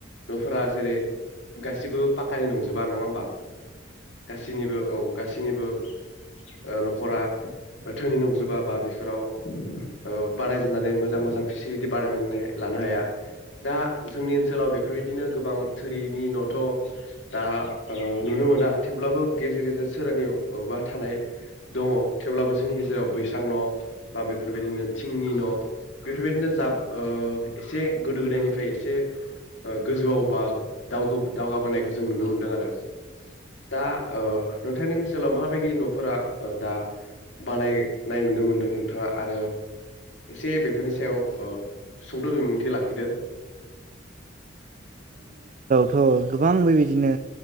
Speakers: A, on the left; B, on the right.
A: न'फोरा जेरै गासिबो पाक्कानि नंजोबा नङा होमबा? गासैनिबो औ गासैनिबो ओ नखरा धोनि नंजोबा बा बेफोराव ओ बानायजोबनानै मोजां मोजां फेसिलिटि बानायनानै लानो हाया। दा जोंनि ओनसोलाव बेफोरबायदिनो गोबां थोरिनि न'थ' दा ओ नुनो मोना थेवब्लाबो गेजेर गेजेर सोरनियावबा थानाय दङ। थेवब्लाबो जोंनि गेजेराव बैस्रा न' बा बेफोरबायदिनो थिंनि न' बेफोरबायदिनो जाब एसे गोदो गोदायनिफ्राय एसे गोजौआव बा दावगाबोनायखौ जों नुनो मोनदों आरो। दा ओ नोंथांनि ओनसोलाव माबायदि न'फोरा दा बानायनाय नुनो मोनदों नोंथाङा आरो एसे बेफोरनि सायाव ओ सुंद' बिबुंथि लाखिदो।
B: ओ गोबां बेबादिनो